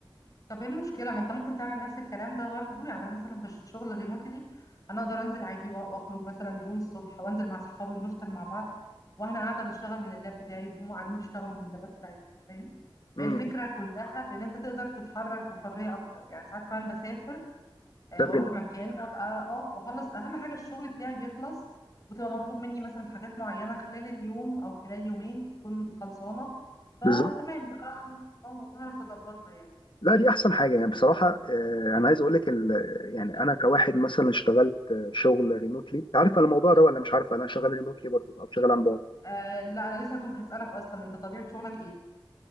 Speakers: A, on the left; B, on the left.
A: طب ايه المشكلة ما انت ممكن تعمل نفس الكلام ده برضو يعني انا مثلا في الشغل الريموتلي انا اقدر انزل عادي وا- واخرج مثلا يوم الصبح وانزل مع اصحابي ونفطر مع بعض وانا قاعدة بشتغل من اللاب بتاعي وهم قاعدين بيشتغلوا من اللابات بتاعتهم فاهم
B: امم
A: فهي الفكرة كلها في ان انت تقدر تتحرك بحرية اكتر يعني ساعات كمان بسافر آه،
B: تغل-
A: واروح مكان وابقى اه واخلص اهم حاجة الشغل بتاعي بيخلص وتبقى مطلوب مني مثلا حاجات معينة خلال اليوم او خلال يومين تكون خلصانة فتمام
B: بالظبط
A: بصراحة اه بعرف اظبطها يعني
B: لا دي احسن حاجه يعني بصراحه آه، انا عايز اقول لك ال- يعني انا كواحد مثلا اشتغلت آه، شغل ريموتلي عارفه الموضوع ده ولا مش عارفه انا شغال ريموتلي برضو او شغال عن بعد
A: آه لا انا لسه كنت هسألك اصلا انت طبيعة شغلك ايه